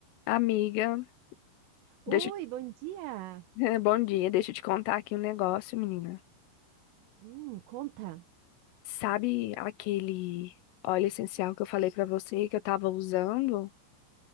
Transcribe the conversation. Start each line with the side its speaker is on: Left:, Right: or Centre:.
Left: Amiga, deixa,
Right: Oi, bom dia.
Left: eu- <laughs> bom dia, deixa eu te contar aqui um negócio, menina.
Right: Hum, conta.
Left: Sabe aquele óleo essencial que eu falei pra você que eu tava usando?